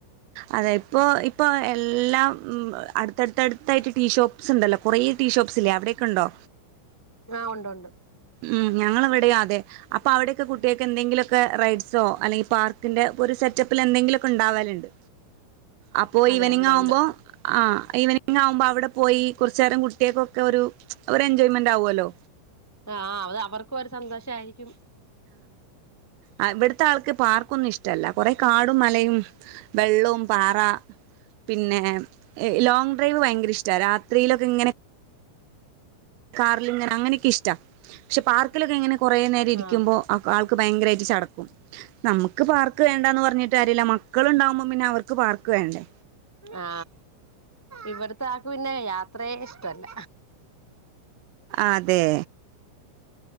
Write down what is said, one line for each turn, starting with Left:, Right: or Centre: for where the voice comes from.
Right: അതെ ഇപ്പൊ ഇപ്പൊ എല്ലാം ഉം അടുത്തടുത്തടുത്തായിട്ട് ടീഷോപ്സ് ഉണ്ടല്ലോ കൊറേ ടീഷോപ്സ് ഇല്ലേ അവിടെക്കെ ഉണ്ടോ?
Centre: ആ ഒണ്ടൊണ്ട്
Right: ഉം ഞങ്ങളെവിടെയും അതെ അപ്പൊ അവിടെയൊക്കെ കുട്ടികൾക്ക് എന്തെങ്കിലുമൊക്കെ റൈഡ്സോ അല്ലെങ്കിൽ പാർക്കിന്റെ ഒരു സെറ്റപ്പില് എന്തെങ്കിലുമൊക്കെ ഇണ്ടാവല്ണ്ട്. അപ്പൊ
Centre: അതെ
Right: ഈവനിങ്
Centre: ഉണ്ട്
Right: ആവുമ്പോ
Centre: ഉണ്ട്
Right: ആ ഈവനിങ് ആവുമ്പോ അവിടെ പോയി കൊറച്ച് നേരം കുട്ടികൾക്കൊക്കെ ഒരു ഒരു എൻജോയ്മെന്റ് ആവൂല്ലോ.
Centre: ആ അത് അവർ ക്ക് ഒരു സന്തോഷമായിരിക്കും
Right: അ ഇവിടുത്തെ ആൾക്ക് പാർക്കൊന്നും ഇഷ്ടമല്ല കുറെ കാടും മലയും വെള്ളവും പാറ പിന്നെ ലോങ് ഡ്രൈവ് ഭയങ്കര ഇഷ്ടാ രാത്രിയിലൊക്കെ ഇങ്ങനെ കാറിലിങ്ങനെ അങ്ങനെയൊക്കെ ഇഷ്ടാ പക്ഷേ പാർക്കിലൊക്കെയി ങ്ങനെ കുറേ നേരം ഇരിക്കുമ്പോൾ
Centre: ആഹ്
Right: ആ ആൾക്ക് ക്ക് ഭയങ്കരമായിട്ട് ചടക്കും നമുക്ക് പാർക്ക് വേണ്ടാന്ന് പറഞ്ഞിട്ട് കാര്യല്ല മക്കളുണ്ടാവുമ്പോം പിന്നെ അവർക്ക് പാർക്ക് വേണ്ടേ
Centre: ആ ഇവിടത്തെ ആക്ക് പിന്നെ യാത് ത്രേ ഇഷ്ടല്ല
Right: അതെ